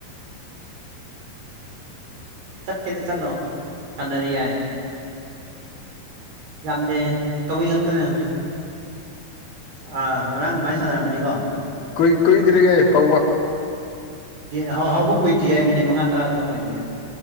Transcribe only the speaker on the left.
ꯀꯨꯏ ꯀꯨꯏꯗ꯭ꯔꯤꯌꯦ ꯍꯧꯕ